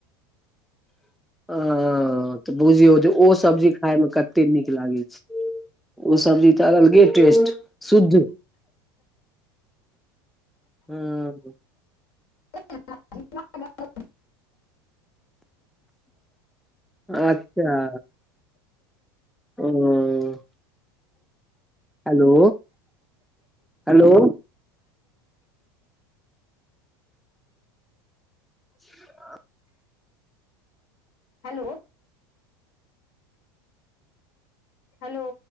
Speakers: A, in the centre; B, on the left.
A: ह तऽ बुझियौ जे ओ सब्जी खायमे कते नीक लागै छै ओ सब्जी त अलगे टेस्ट शुध ह्म
B: <unintelligible>
A: अच्छा उं हेलो हेलो ह
B: हेलो हेलो